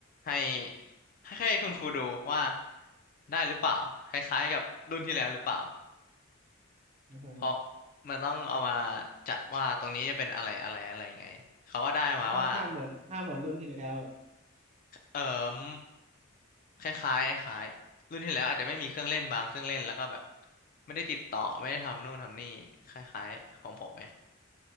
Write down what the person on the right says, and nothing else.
อฮึ
มันต้องห้าหมื่นห้าหมื่นรุ่นที่แล้วเหรอ